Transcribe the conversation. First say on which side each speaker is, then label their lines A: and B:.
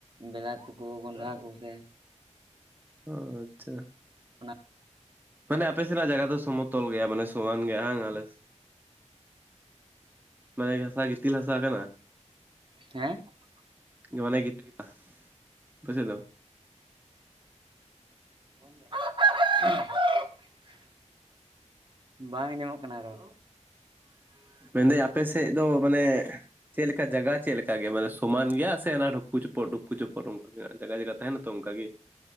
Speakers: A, on the right (about 40°); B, on the right (about 15°).
A: ᱵᱤᱞᱟᱛᱤ ᱠᱚ ᱠᱚᱱᱰᱷᱟ ᱠᱚ ᱜᱮ᱾
B: ᱚ ᱟᱪᱪᱷᱟ,
A: ᱚᱱᱟ
B: ᱢᱟᱱᱮ ᱟᱯᱮ ᱥᱮᱱᱟᱜ ᱡᱟᱭᱜᱟ ᱫᱚ ᱥᱚᱢᱚᱛᱚᱞ ᱜᱮᱭᱟ, ᱢᱟᱱᱮ ᱥᱚᱢᱟᱱ ᱜᱮᱭᱟ ᱵᱟᱝ, ᱟᱞᱮ ᱢᱟᱱᱮ ᱦᱟᱥᱟ ᱜᱤᱛᱤᱞ ᱦᱟᱥᱟ ᱠᱟᱱᱟ
A: ᱦᱮᱸ, <unintelligible>
B: ᱢᱚᱱᱮ ᱜᱤᱛ ᱜᱤᱛ ᱵᱩᱥ ᱫᱚ <unintelligible>
A: <inaudible> ᱵᱟᱝ ᱟᱸᱡᱚᱢᱚᱜ ᱠᱟᱱᱟ ᱨᱚᱲ? <inaudible> <inaudible>
B: ᱢᱮᱱᱫᱟᱹᱧ ᱟᱯᱮ ᱥᱮᱫ ᱫᱚ ᱢᱟᱱᱮ ᱪᱮᱫ ᱞᱮᱠᱟ ᱡᱟᱭᱜᱟ, ᱪᱮᱫ ᱞᱮᱠᱟ ᱜᱮᱭᱟ, ᱢᱟᱱᱮ ᱥᱚᱢᱟᱱ ᱜᱮᱭᱟ, ᱥᱮ ᱚᱱᱟ ᱰᱷᱩᱯᱩ ᱪᱚᱯᱩ, ᱰᱷᱩᱯᱩ ᱪᱩᱯᱩ, ᱚᱱᱠᱟ ᱡᱟᱭᱜᱟ ᱡᱟᱭᱜᱟ ᱛᱟᱦᱮᱸᱱᱟ ᱛᱚ ᱚᱝᱠᱟ ᱜᱮ